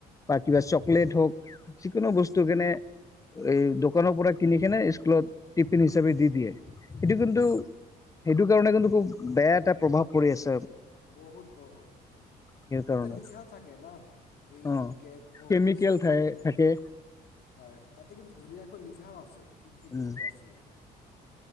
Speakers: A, on the left; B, on the left.
A: বা কিবা চকলেট হওক যিকোনো
B: হুম
A: বস্তু যেনে এই দোকানৰ পৰা কিনি কিনে স্কুলত টিফিন হিচাপে দি দিয়ে।
B: দি
A: এইটো
B: দিয়ে
A: কিন্তু,
B: দি দিয়ে
A: এইটো কাৰণে কিন্তু খু বেয়া এটা প্ৰভাৱ পৰি আছ
B: বহুত-বহুত,
A: সেই
B: তাতে
A: কাৰণে
B: লিখাও থাকে ন এই
A: অ
B: কেক হওক,
A: কেমিকেল
B: বিস্কিট
A: থ
B: হওক,
A: থাকে
B: হয় তাত তাতে কিন্তু ধুনীয়াকৈ লিখাও আছে। কি কি
A: উম
B: বস্তু আছে ইয়াতে?